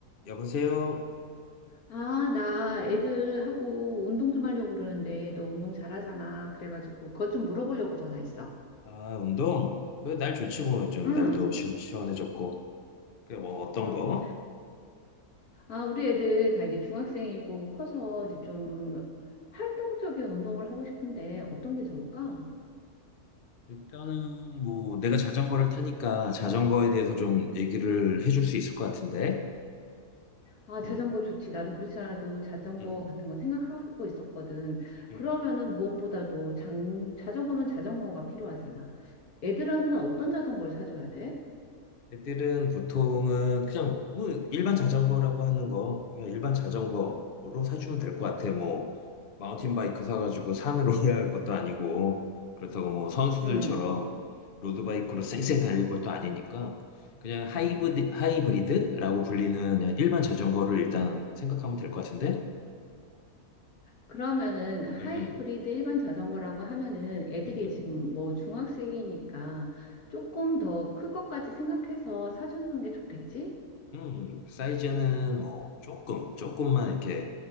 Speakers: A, on the left; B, on the left.
A: 여보세요?
B: 아, 나 애들하고 운동 좀 하려고 그러는데 너 운동 잘하잖아. 그래가지고 그것 좀 물어보려고 전화했어.
A: 아, 운동? 그래, 날 좋지 뭐, 요즘
B: 응,
A: 날도 시, 시원해졌고. 그래, 뭐, 어떤
B: 음.
A: 거?
B: 아, 우리 애들 다 이제 중학생이고 커서 이제 좀 활동적인 운동을 하고 싶은데 어떤 게 좋을까?
A: 일단은 뭐, 내가 자전거를 타니까 자전거에 대해서 좀 얘기를 해줄 수 있을 것 같은데.
B: 아, 자전거
A: 응,
B: 좋지. 나도 그렇지 않아도 자전거
A: 응,
B: 같은 거 생각하고 있었거든.
A: 응,
B: 그러면은
A: 응.
B: 무엇보다도 장, 자전거면 자전거가 필요하잖아. 애들은 어떤 자전거를 사줘야 돼?
A: 애들은 보통은 그냥 뭐 일반 자전거라고 하는 거 그냥 일반 자전거로 사주면 될 것 같아. 뭐 마운틴 바이크 사가지고 산으로 <laughs> 올라갈 것도 아니고 그렇다고 뭐 선수들처럼
B: 응.
A: 로드바이크로 쌩쌩 달릴 것도 아니니까 그냥 하이브리, 하이브리드라고 불리는 그냥 일반 자전거를 일단 생각하면 될 것 같은데.
B: 그러면은 하이브리드
A: 응응
B: 일반 자전거라고 하면은 애들이
A: 응응
B: 지금 뭐 중학생이니까 조금 더 클 것까지 생각해서 사주는 게 좋겠지?
A: 음, 사이즈는 뭐 조금, 조금만 이렇게